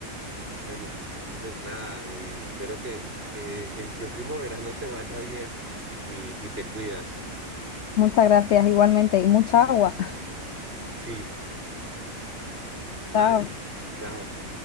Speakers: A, on the right; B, on the left.
A: Bueno, pues nada, eh, espero que, que el próximo verano te vaya bien y, y te cuidas.
B: Muchas gracias igualmente y mucha agua. <laughs>
A: Sí, <laughs> bye,
B: Chao.
A: chao.